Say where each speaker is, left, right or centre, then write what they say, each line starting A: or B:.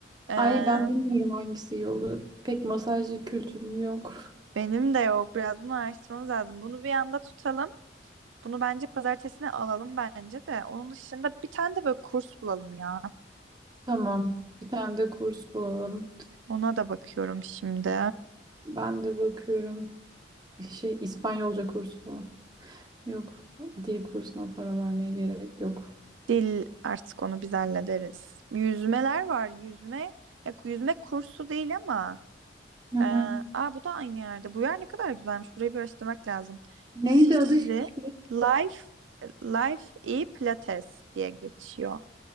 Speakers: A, on the right; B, on the right.
A: Ee,
B: Ay ben bilmiyorum hangisi iyi olur. Pek masaj kültürüm yok.
A: benim de yok. Biraz bunu araştırmamız lazım. Bunu bir anda tutalım. Bunu bence pazartesine alalım bence de. Onun dışında bir tane de böyle kurs bulalım ya.
B: <laughs> Tamam. Bir tane de kurs bulalım.
A: Ona da bakıyorum şimdi.
B: Ben de bakıyorum. Şey İspanyolca kursu bu. Yok. Dil kursuna para vermeye gerek yok.
A: Dil artık onu biz hallederiz. Yüzmeler var. Yüzme ya yüzme kursu değil ama
B: Hı
A: e,
B: hı.
A: aa bu da aynı yerde. Bu yer ne kadar güzelmiş. Burayı bir araştırmak lazım.
B: Neydi
A: Şişli
B: adı? Şiş-
A: Life Life e Pilates diye geçiyor.